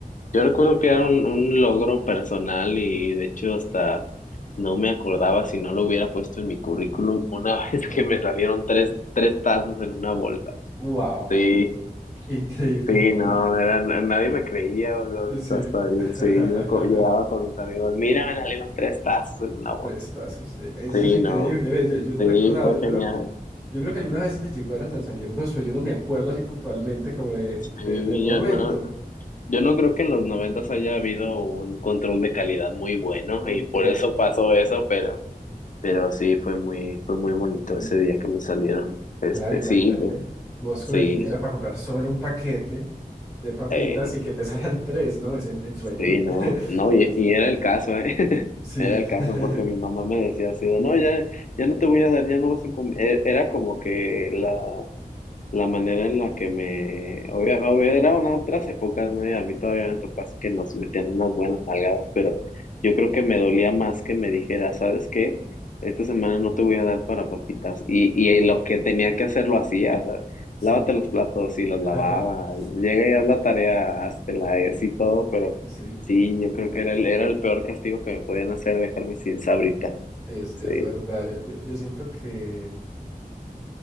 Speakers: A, on the left; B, in the centre.
A: Yo recuerdo que era un, un logro personal y de hecho hasta no me acordaba si no lo hubiera puesto en mi currículum una <laughs> vez
B: Ajá.
A: que me salieron tres, tres tazos en una bolsa.
B: Wow,
A: Sí,
B: qué increíble.
A: sí, no,
B: <laughs>
A: era, na- nadie me creía, o sea,
B: Sí.
A: hasta
B: <laughs>
A: yo, sí, yo co- llegaba con mis amigos, mira, me salieron tres tazos en una bolsa.
B: Prestazos. e- Eso
A: Sí,
B: es increíble.
A: no,
B: ve, Yo, yo no
A: sí,
B: recordaba.
A: fue
B: Yo creo
A: genial.
B: Yo creo que alguna vez me llegaron a salir dos, pero yo no me acuerdo así puntualmente como de,
A: Sí,
B: de- del momento.
A: yo no, yo no creo que en los noventas haya habido un control de calidad muy bueno
B: Ok.
A: y por eso pasó eso, pero, pero sí fue muy, fue muy bonito
B: Mm,
A: ese día que me salieron. Este,
B: Claro, imagínate.
A: sí, me-
B: Vos
A: sí,
B: con el dinero para comprar solo un paquete de papitas
A: eh,
B: y que te <laughs> salgan tres, ¿no? Es el, el sueño.
A: sí, no,
B: <laughs>
A: no, y,
B: Es-
A: y era el caso, eh. <laughs>
B: Sí.
A: Era el caso
B: <laughs>
A: porque mi mamá me decía así, de, no, ya, ya no te voy a dar, ya no vas a comer. E- Era como que la la manera en la que me... obvia- obvia- Eran otras épocas, ¿no? Y a mí todavía
B: Sí.
A: me tocó así que nos metían unas buenas nalgadas, pero yo creo que me dolía más que me dijera, ¿sabes qué? Esta semana no te voy a dar para papitas. Y,
B: No.
A: y lo que tenía que hacer lo hacía, o sea,
B: Sí.
A: lávate los platos y los
B: <laughs>
A: lavaba, llega y haz la tarea, háztela y así todo, pero
B: Sí.
A: sí, yo creo
B: no, no,
A: que era
B: no.
A: el, era el peor castigo que me podían hacer, dejarme sin sabritas.
B: Es,
A: Sí,
B: es verdad. Yo, yo- yo siento que